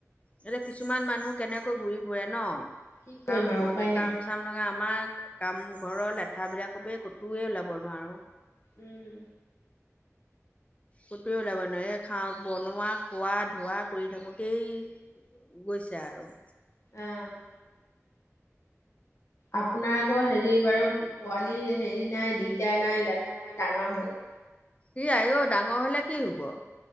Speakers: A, on the left; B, on the left.
A: এতিয়া কিছুমান মানুহ কেনেকৈ ঘূৰি ফুৰে ন
B: কি কৰিম
A: কাম
B: আৰু উপায়
A: -
B: নাই
A: কাম চাম নঙা। আমাৰ কামঘৰৰ লেঠাবিলাকৰব ক'তোৱে ওলাব নোৱাৰো।
B: উম
A: কতোৱে ওলাব নহ এই খাও বনোৱা খোৱা ধোৱা কৰি থাকোতেই। গৈছে আৰু।
B: অ', আপোনাৰ আকৌ হেৰি বাৰু পোৱালি হেৰি নাই দিগদাৰ নাই লেঠা নাই ডাঙৰ হল।
A: ই আঔ ডাঙৰ হলে কি হব।